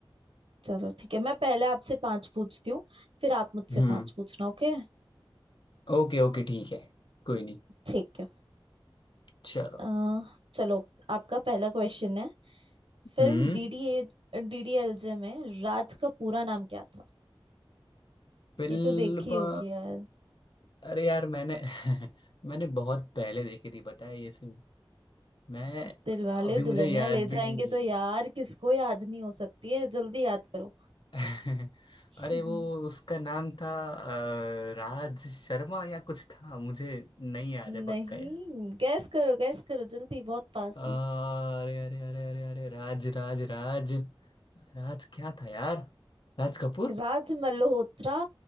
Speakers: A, on the right; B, on the left.
A: चलो ठीक है मैं पहले आपसे पांच पूछती हूँ फिर आप मुझसे
B: हम्म
A: पांच पूछना ओके
B: ओके ओके ठीक है कोई नहीं
A: ठीक है
B: चलो
A: अ, चलो आपका पहला क्वेश्चन है फिल्म
B: हम्म
A: डीडीए डीडीएलजे में राज का पूरा नाम क्या था
B: फिल्म
A: ये तो देखी
B: पा-
A: होगी यार
B: अरे यार मैंने <laughs> मैंने बहुत पहले देखी थी पता है ये फिल्म मैं
A: दिलवाले
B: अभी मुझे
A: दुल्हनिया
B: याद
A: ले
B: भी
A: जाएंगे
B: नहीं
A: तो यार किसको याद नहीं हो सकती है जल्दी याद करो
B: <laughs>
A: <laughs>
B: अरे वो उसका नाम था अ, राज शर्मा या कुछ था मुझे नहीं याद है पक्का
A: नहीं
B: यार
A: गैस करो गैस करो जल्दी बहुत पास
B: अ, अरे
A: हो
B: अरे अरे अरे अरे राज राज राज राज क्या था यार राज कपूर
A: राज मल्होत्रा